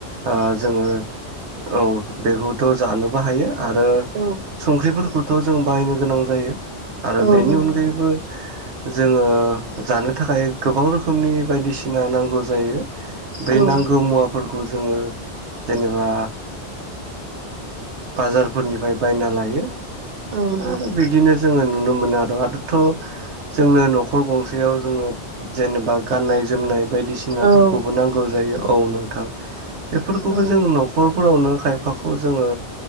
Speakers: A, on the right; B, on the right.
A: आ जोङो औ बेहुद थ' जानोबो हायो। आरो
B: औ
A: संख्रिफोरखौथ' जों बाहायनो गोनां जायो आरो
B: औ
A: बेनि
B: नंगौ
A: अनगायैबो जोङो जानो थाखाय गोबां रोखोम रोखोमनि बायदिसिना नांगौ जायो।
B: नोंथां
A: बै नांगौ मुवाफोरखौ जोङो जेनेबा बाजारफोरनिफ्राय बायनालाय <inaudible> आरो
B: औ
A: बिदिनो जोङो नु नुनो मोनो आरो आरोथ' जोंङो न'खर गंसेयाव जोङो। जेनेबा गाननाय जोमनाय बायदिसिनाफोरखौबो
B: औ नंगौ औ
A: नांगौ जायो। औ नोंथां। बेफोरखौबो
B: औ
A: जों न'खर फोरावनो खायफाखौ जोङो